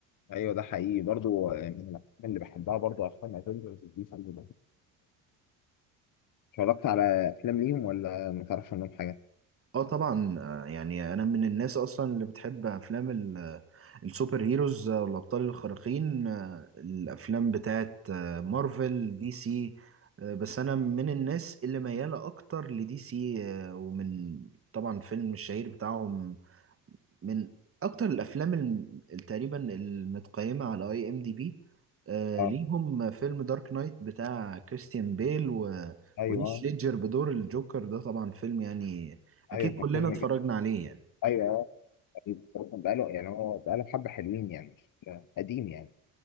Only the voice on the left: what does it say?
ايوه ده حقيقي برضو آه، من الافلام اللي بحبها برضو افلام افنجرز دي فيلم اتفرجت على افلام ليهم ولا ما تعرفش عنهم حاجه
اه
ايوه
ايوه كان
فيلم
جدا
ايوه ايوه بس هو كان بقاله يعني هو بقاله حبه حلوين يعني مش قديم يعني